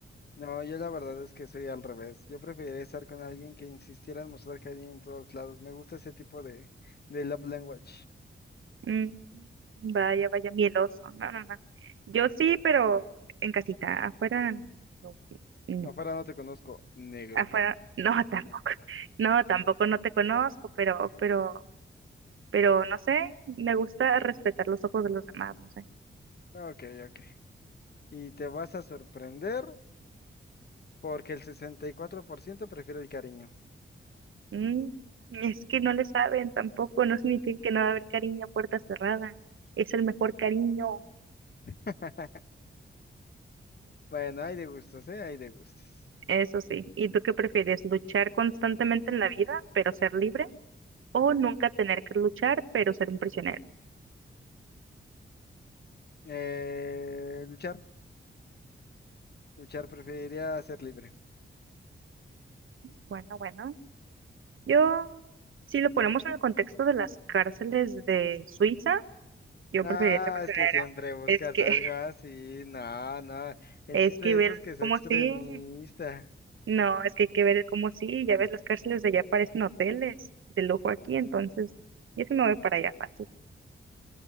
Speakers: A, on the left (about 50°); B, on the right (about 75°).
A: No, yo la verdad es que soy al revés. Yo preferiría estar con alguien que insistiera en mostrar cariño en todos lados. Me gusta ese tipo de, de love language.
B: Mm, vaya, vaya, mieloso. No, no, no. Yo sí, pero en casita. Afuera, no. No.
A: Afuera no te conozco, negro.
B: Afuera, no, <laughs> tampoco. No, tampoco no te conozco, pero, pero, pero no sé. Me gusta respetar los ojos de los demás, no sé.
A: Ok, ok. Y te vas a sorprender porque el 64% prefiere el cariño.
B: Mm, es que no le saben tampoco. No significa que no va a haber cariño a puerta cerrada. Es el mejor cariño.
A: <laughs> Bueno, hay de gustos, ¿eh? Hay de gustos.
B: Eso sí. ¿Y tú qué prefieres? ¿Luchar constantemente en la vida, pero ser libre? ¿O nunca tener que luchar, pero ser un prisionero?
A: Eh, luchar, luchar preferiría ser libre.
B: Bueno, bueno, yo, si lo ponemos en el contexto de las cárceles de Suiza, yo
A: Ah,
B: preferiría ser prisionera.
A: es que siempre buscas
B: Es que,
A: algo
B: <laughs>
A: así. No, no. El
B: es
A: chiste
B: que
A: de
B: ver
A: esto es que sea
B: como
A: extremista.
B: si, no, es que hay que ver como si, ya ves, las cárceles de allá parecen hoteles de lujo aquí, entonces, yo sí me voy para allá fácil.